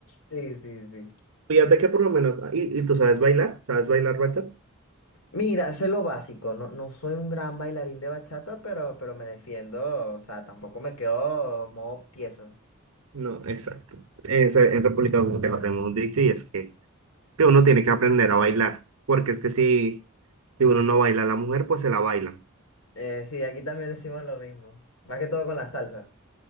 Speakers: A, on the left (about 85°); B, on the right (about 80°).
A: Sí, sí, sí.
B: Fíjate que por lo menos, ah, ¿y, y tú sabes bailar? ¿Sabes bailar bachata?
A: Mira, sé lo básico, no, no soy un gran bailarín de bachata, pero, pero me defiendo, o sea, tampoco me quedo modo tieso.
B: No, exacto. Es, eh, en República Dominicana tenemos un dicho y es que, que uno tiene que aprender a bailar, porque es que si, si uno no baila a la mujer, pues se la bailan.
A: Eh, sí, aquí también <laughs> decimos lo mismo, más que todo con la salsa.